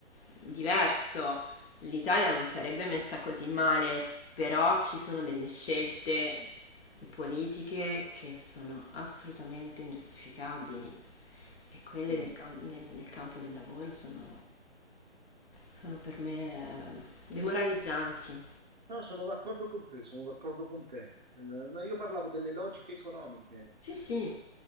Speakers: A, on the left (about 60°); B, on the right (about 45°).
A: diverso. L'Italia non sarebbe messa così male, però ci sono delle scelte politiche che sono assolutamente ingiustificabili e quelle
B: Mm.
A: del cam- nel, nel campo del lavoro sono, sono per me eh, demoralizzanti.
B: No, sono d'accordo con te, sono d'accordo con te. Eh, no, Io parlavo delle logiche economiche
A: Sì, sì.